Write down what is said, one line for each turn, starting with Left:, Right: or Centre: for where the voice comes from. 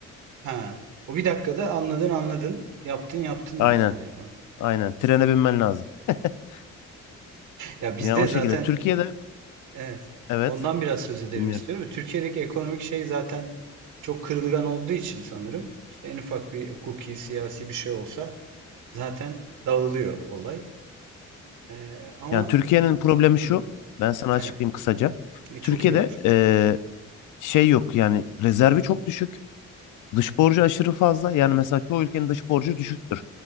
Right: Ha. O bir dakikada anladın anladın. Yaptın yaptın
Left: Aynen.
Right: mı yani?
Left: Aynen. Trene binmen lazım. <laughs>
Right: Ya bizde
Left: Yani o
Right: zaten
Left: şekilde. Türkiye'de
Right: evet.
Left: evet
Right: Ondan biraz söz edelim
Left: dinliyorum.
Right: istiyorum. Türkiye'deki ekonomik şey zaten çok kırılgan olduğu için sanırım. İşte en ufak bir hukuki, siyasi bir şey olsa zaten dağılıyor olay. Ee, ama
Left: Yani Türkiye'nin problemi
Right: hı,
Left: şu. Ben sana açıklayayım
Right: evet.
Left: kısaca.
Right: Çok
Left: Türkiye'de
Right: iyi olur.
Left: eee, şey yok yani rezervi çok düşük. Dış borcu aşırı fazla. Yani mesela çoğu ülkenin dış borcu düşüktür.